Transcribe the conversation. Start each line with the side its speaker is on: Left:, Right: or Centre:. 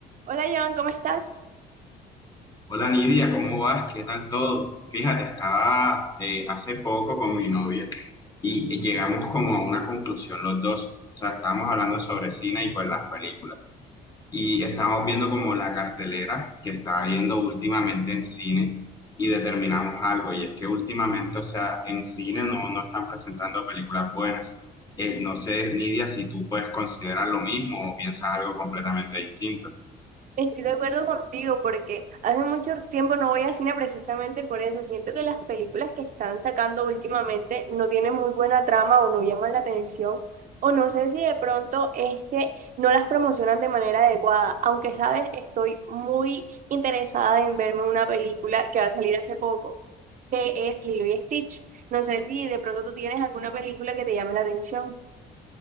Right: Hola, Joan, ¿cómo estás?
Left: Hola Nidia, ¿cómo vas? ¿Qué tal todo? Fíjate, estaba eh, hace poco con mi novia y y llegamos como a una conclusión los dos. O sea, estábamos hablando sobre cine y pues las películas. Y estábamos viendo como la cartelera que estaba viendo últimamente en cine y determinamos algo. Y es que últimamente, o sea, en cine no, no están presentando películas buenas. Eh, no sé, Nidia, si tú puedes considerar lo mismo o piensas algo completamente distinto.
Right: Estoy de acuerdo contigo porque hace mucho tiempo no voy a cine precisamente por eso. Siento que las películas que están sacando últimamente no tienen muy buena trama o no llaman la atención. O no sé si de pronto es que no las promocionan de manera adecuada. Aunque, sabes, estoy muy interesada en verme una película que va a salir hace poco, que es Lilo y Stitch. No sé si de pronto tú tienes alguna película que te llame la atención.